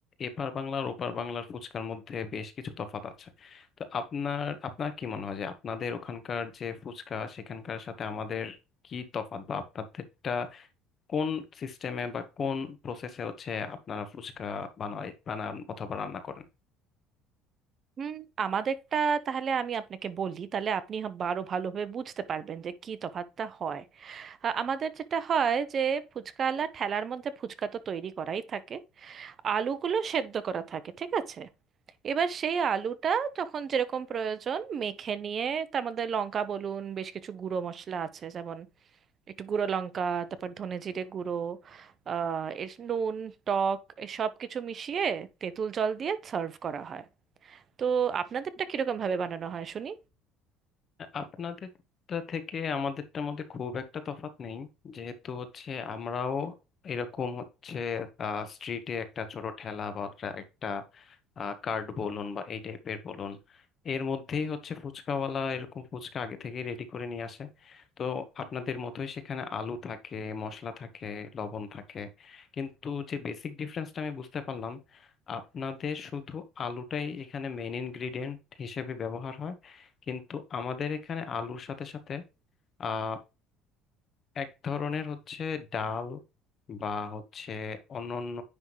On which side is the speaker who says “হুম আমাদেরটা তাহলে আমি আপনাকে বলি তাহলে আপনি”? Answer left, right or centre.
Right